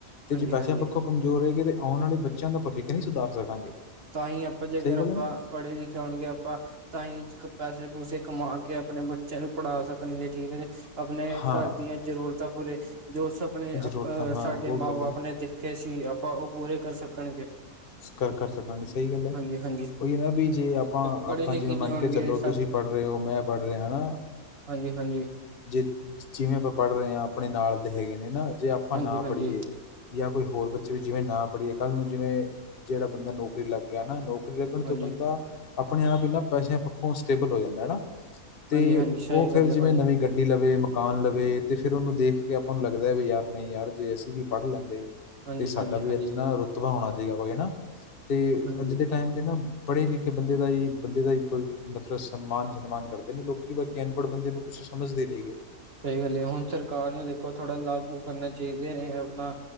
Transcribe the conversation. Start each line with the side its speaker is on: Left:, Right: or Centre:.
Left: ਤੇ
Right: ਹਾਂਜੀ
Left: ਜੇ ਪੈਸਿਆਂ
Right: ਹਾਂਜੀ
Left: ਪੱਖੋਂ ਕਮਜ਼ੋਰ ਰੈ ਗੇ ਤੇ ਆਉਣ ਆਲੇ ਬੱਚਿਆਂ ਦਾ ਭਵਿੱਖ ਨੀ ਸੁਧਾਰ ਸਕਾਂਗੇ।
Right: ਤਾਂਈ ਆਪਾਂ ਜੇਕਰ
Left: ਸਹੀ
Right: ਆਪਾਂ
Left: ਗੱਲ ਹੈ ਨਾ
Right: ਪੜ੍ਹੇ ਲਿਖੇ ਹੋਣਗੇ ਆਪਾਂ ਤਾਂਈ ਪੈਸੇ- ਪੂਸੇ ਕਮਾ ਕੇ ਆਪਣੇ ਬੱਚਿਆਂ ਨੂੰ ਪੜ੍ਹਾ ਸਕਣਗੇ ਠੀਕ ਏ ਜੀ। ਅਪਣੇ
Left: ਹਾਂ
Right: ਘਰ ਦੀਆਂ ਜ਼ਰੂਰਤਾਂ ਪੂਰੇ, ਜੋ ਸਪਣੇ
Left: ਜ਼ਰੂਰਤਾਂ
Right: ਅਪ-
Left: ਹਾਂ
Right: ਅ ਸਾਡੇ
Left: ਉਹ
Right: ਮਾਂ
Left: ਗੱਲ
Right: ਬਾਪ
Left: ਹੈ
Right: ਨੇ ਦੇ ਦੇਖੇ ਸੀ, ਆਪਾਂ ਓ ਪੂਰੇ ਕਰ ਸਕਣਗੇ।
Left: ਕਰ-ਕਰ ਸਕਾਂਗੇ ਸਈ ਗੱਲ ਐ।
Right: ਹਾਂਜੀ ਹਾਂਜੀ
Left: ਓਈਓ ਨਾਂ ਵੀ ਜੇ ਆਪਾਂ
Right: ਪੜ੍ਹੇ ਲਿਖੇ
Left: ਜਿਵੇਂ ਮੰਨ
Right: ਨਹੀਂ ਹੋਣਗੇ
Left: ਕੇ ਚੱਲੋ ਤੁਸੀਂ ਪੜ੍ਹ ਰੇ ਓ, ਮੈਂ ਪੜ੍ਹ ਰਿਆ ਹਨਾਂ
Right: ਹਾਂਜੀ-ਹਾਂਜੀ।
Left: ਜੇ, ਜਿਵੇਂ ਆਪਾਂ ਪੜ੍ਹ ਰਏ ਆ ਅਪਣੇ ਨਾਲ ਦੇ ਹੈਗੇ ਨੇ ਨਾ, ਜੇ ਆਪਾਂ
Right: ਹਾਂਜੀ
Left: ਨਾ
Right: ਹਾਂਜੀ
Left: ਪੜ੍ਹੀਏ ਯਾਂ ਕੋਈ ਹੋਰ ਬੱਚੇ ਵੀ ਜਿਵੇਂ ਨਾ ਪੜ੍ਹੀਏ ਕੱਲ੍ਹ ਨੂੰ ਜਿਵੇਂ, ਜੇੜਾ ਬੰਦਾ ਨੌਕਰੀ ਲੱਗ ਗਿਆ ਨਾਂ ਨੌਕ ਨੌਕਰੀ ਲੱਗਣ
Right: ਹਾਂਜੀ
Left: ਤੋਂ ਬੰਦਾ ਅਪਣੇ ਆਪ ਈ ਨਾਂ ਪੈਸਿਆਂ ਪੱਖੋਂ ਸਟੇਬਲ ਹੋ ਜਾਂਦਾ ਹਨਾਂ। ਤੇ
Right: ਹਾਂਜੀ ਹਾਂਜੀ ਸਹੀ
Left: ਓ
Right: ਗੱਲ
Left: ਫਿਰ
Right: ਹੈ
Left: ਜਿਵੇਂ
Right: ਭਾਜੀ
Left: ਨਵੀਂ ਗੱਡੀ ਲਵੇ, ਮਕਾਨ ਲਵੇ ਤੇ ਫਿਰ ਓਨੂੰ ਦੇਖ ਕੇ ਆਪਾਂ ਨੂੰ ਲੱਗਦਾ ਵੀ ਯਾਰ ਨਈ ਯਾਰ ਜੇ ਅਸੀਂ ਵੀ ਪੜ੍ਹ ਲੈਂਦੇ
Right: ਹਾਂਜੀ
Left: ਤੇ ਸਾਡਾ
Right: ਹਾਂਜੀ
Left: ਵੀ
Right: ਹਾਂਜੀ
Left: ਅੱਜ ਨਾਂ ਰੁਤਬਾ ਹੋਣਾ ਸੀਗਾ ਕੋਈ ਹਣਾ ਤੇ
Right: ਹਾਂਜੀ ਹਾਂਜੀ
Left: ਅੱਜ ਦੇ ਟਾਈਮ ਚ ਨਾਂ ਪੜ੍ਹੇ ਲਿਖੇ ਬੰਦੇ ਦਾ ਈ, ਬੰਦੇ ਦਾ ਈ ਕੋਈ ਮਤਲਬ ਸਨਮਾਨ- ਸਨਮਾਨ ਕਰਦੇ ਨੇ ਲੋਕੀ, ਬਾਕੀ ਅਨਪੜ੍ਹ ਬੰਦੇ ਨੂੰ ਕੁਛ ਸਮਝਦੇ ਨੀ ਹੈਗੇ।
Right: ਸਈ ਗੱਲ ਏ, ਹੁਣ ਸਰਕਾਰ ਨੂੰ ਦੇਖੋ ਥੋੜਾ ਲਾਗੂ ਕਰਨਾ ਚਾਈਦਾ ਏ ਆਪਣਾ